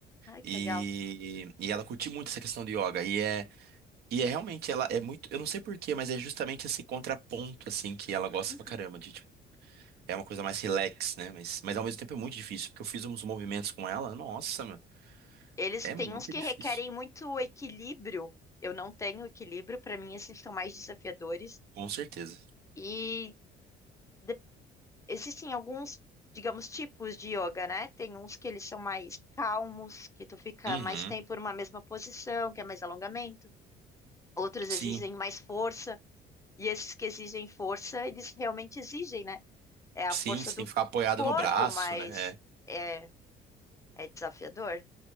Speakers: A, on the left; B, on the right.
A: Ai, que
B: E,
A: legal.
B: e ela curte muito essa questão do yoga. E é, e é realmente, ela é muito, eu não sei por quê, mas é justamente esse contraponto, assim, que ela gosta
A: Uhum.
B: pra caramba de, tipo, é uma coisa mais relax, né? Mas, mas ao mesmo tempo é muito difícil, porque eu fiz uns movimentos com ela, nossa, meu,
A: Eles
B: é
A: têm
B: muito
A: uns que
B: difícil.
A: requerem muito equilíbrio. Eu não tenho equilíbrio, para mim, esses são mais desafiadores.
B: Com certeza.
A: E de- existem alguns, digamos, tipos de yoga, né? Tem uns que eles são mais calmos, que tu fica
B: Uhum.
A: mais tempo numa mesma posição, que é mais alongamento. Outros
B: Sim,
A: exigem mais força, e esses que exigem força, eles realmente exigem, né? É a
B: sim,
A: força
B: sim,
A: do
B: ficar apoiado
A: corpo,
B: no braço,
A: mas
B: né? É.
A: é, é desafiador.